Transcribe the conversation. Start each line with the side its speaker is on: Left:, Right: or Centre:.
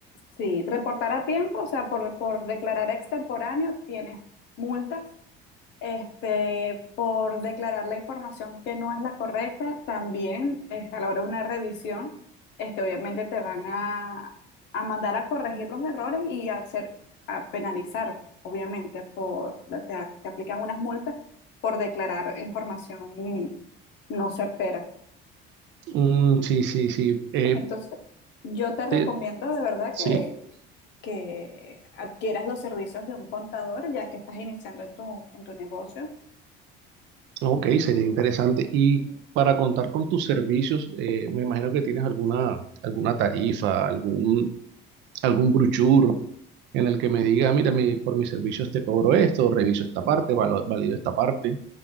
Left: Sí, reportar a tiempo, o sea, por, por declarar extemporáneo tienes multas este, por declarar la información que no es la correcta, también este, a la hora de una revisión, este, obviamente te van a, a mandar a corregir los errores y a, hacer, a penalizar, obviamente, por, te, te aplican unas multas por declarar información no certera.
Right: Mm, sí, sí, sí. Eh,
Left: Entonces, yo te recomiendo
Right: te-
Left: de verdad
Right: sí.
Left: que, que adquieras los servicios de un contador ya que estás iniciando en tu, en tu negocio
Right: Ok, sería interesante. Y para contar con tus servicios, eh, me imagino que tienes alguna, alguna tarifa, algún, algún brochure en el que me diga, mira, mi- por mis servicios te cobro esto, reviso esta parte, valo- valido esta parte.